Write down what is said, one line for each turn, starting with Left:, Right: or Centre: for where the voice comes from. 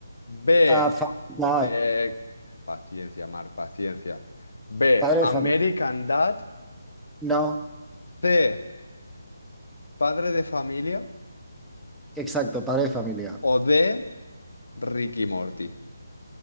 Left: B.
Centre: ah, fa- no,
Left: Eh, paciencia, Mar, paciencia. B,
Centre: padre
Left: American
Centre: de familia.
Left: Dad.
Centre: No,
Left: C, Padre de Familia.
Centre: exacto, padre de familia.
Left: O D, Ricky Morty.